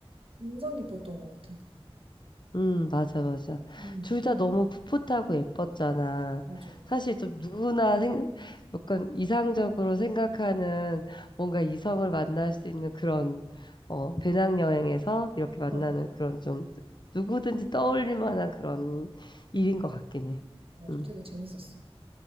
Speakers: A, on the right (about 65°); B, on the left (about 45°).
A: 인상 깊었던 것 같아.
B: 음, 맞아, 맞아.
A: 음.
B: 둘 다 너무 풋풋하고 예뻤잖아.
A: 맞아.
B: 사실 좀 누구나 생, 약간 이상적으로 생각하는 뭔가 이성을 만날 수 있는 그런, 어, 배낭여행에서 이렇게 만나는
A: 그런, 거.
B: 그런 좀 누구든지 떠올릴 만한 그런 일인 것 같긴 해.
A: 맞아.
B: 음,
A: 되게 재밌었어.